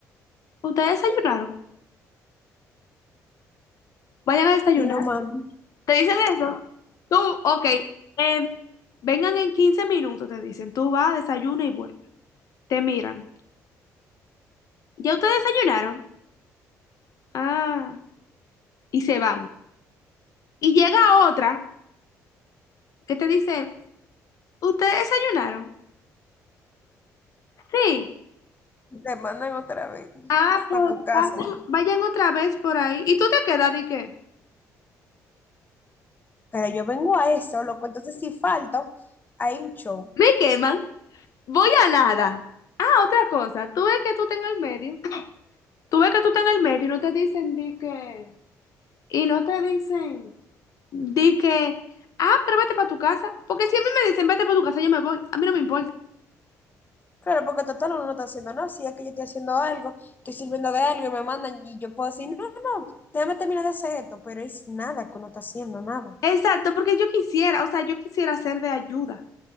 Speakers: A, on the left; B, on the left.
A: ustedes desayunaron, vayan a desayunar.
B: Y nos mandan,
A: Te dicen eso, tú, ok, em, vengan en 15 minutos, te dicen, tú vas, desayuna y vuelve. Te miran, ¿ya ustedes desayunaron? Ah, y se van. Y llega otra que te dice, ¿ustedes desayunaron? Sí.
B: te mandan otra vez
A: Ah, pues
B: para tu casa.
A: vayan, vayan otra vez por ahí. ¿Y tú te quedas de qué?
B: Pero yo vengo a eso, loco. Entonces, si falto, hay un show.
A: Me queman. Voy a nada. Ah, otra cosa. Tú ves que tú estás en el medio. Tú ves que tú estás en el medio y no te dicen di que. Y no te dicen di que. Ah, pero vete para tu casa. Porque si a mí me dicen vete para tu casa, yo me voy. A mí no me importa.
B: Claro, porque total uno no está haciendo, no, si es que yo estoy haciendo algo, estoy sirviendo de algo y me mandan y yo puedo decir, no, no, déjame terminar de hacer esto, pero es nada que uno está haciendo, nada.
A: Exacto, porque yo quisiera, o sea, yo quisiera ser de ayuda.